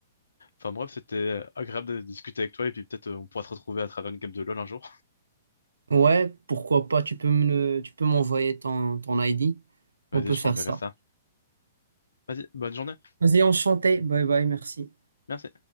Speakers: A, on the left; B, on the right.
A: Enfin bref, c'était euh, agréable de discuter avec toi et puis peut-être euh, on pourra te retrouver à travers une game de LoL un jour.
B: Ouais, pourquoi pas, tu peux me, tu peux m'envoyer ton, ton ID.
A: <laughs> Vas-y,
B: On peut
A: je
B: faire
A: t'enverrai
B: ça.
A: ça. Vas-y, bonne journée.
B: Vas-y, enchanté. Bye bye, merci.
A: Merci.